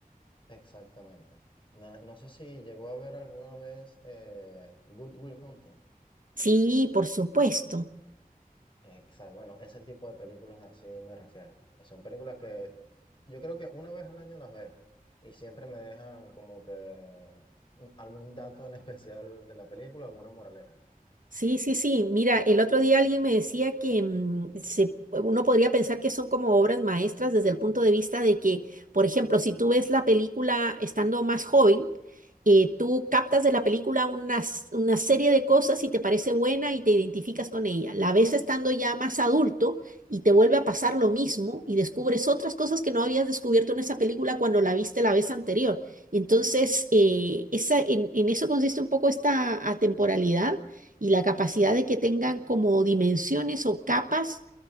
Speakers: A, on the left; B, on the right.
A: Exactamente. No, no sé si llegó a ver alguna vez eh, Good Will Hunting.
B: Sí, por supuesto.
A: Exacto. Bueno, ese tipo de películas así me refiero, que son películas que yo creo que una vez al año las veo y siempre me dejan como que un- algún dato en <laughs> especial de la película, alguna moraleja.
B: Sí, sí, sí. Mira, el otro día alguien me decía que mm, se- uno podría pensar que son como obras maestras desde el punto de vista de que, por ejemplo, si tú ves la película estando más joven, eh, tú captas de la película una, s- una serie de cosas y te parece buena y te identificas con ella. La ves estando ya más adulto y te vuelve a pasar lo mismo y descubres otras cosas que no habías descubierto en esa película cuando la viste la vez anterior. Entonces, eh, esa, en en eso consiste un poco esta atemporalidad y la capacidad de que tengan como dimensiones o capas